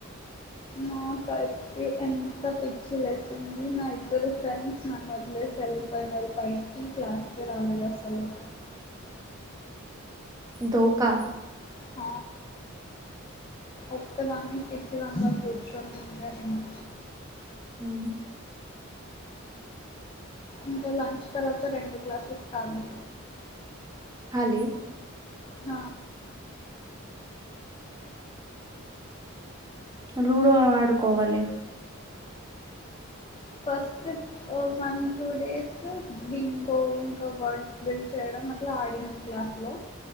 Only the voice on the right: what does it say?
దోకా
ఉ
అల్డి
లూడో ఆడుకోవాలి